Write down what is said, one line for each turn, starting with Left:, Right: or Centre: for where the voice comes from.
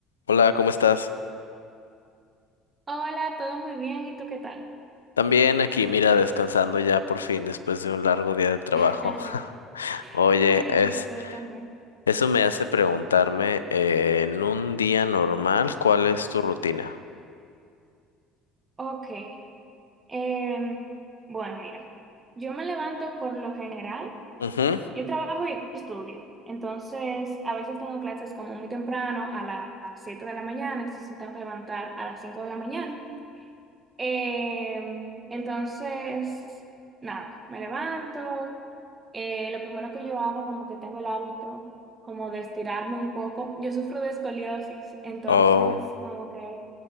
Left: Hola, ¿cómo estás?
Right: Hola, todo muy bien, ¿y tú qué tal?
Left: También aquí, mira, descansando ya por fin después de un largo día de trabajo.
Right: <laughs>
Left: <laughs> Oye,
Right: Ay,
Left: es,
Right: así estoy también.
Left: eso me hace preguntarme, eh, en un día normal, ¿cuál es tu rutina?
Right: Ok, em, bueno, mira, yo me levanto por lo general,
Left: Ujú.
Right: yo trabajo y estudio, entonces a veces tengo clases como muy temprano, a las 7 de la mañana, entonces me tengo que levantar a las 5 de la mañana Eh, entonces, nada, me levanto. eh, lo primero que yo hago, como que tengo el hábito, como de estirarme un poco. Yo sufro de escoliosis, entonces,
Left: Oh,
Right: como que